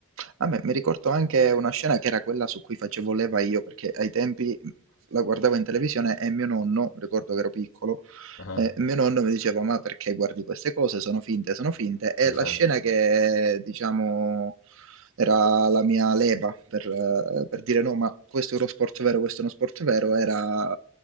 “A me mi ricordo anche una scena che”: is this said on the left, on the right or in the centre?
Right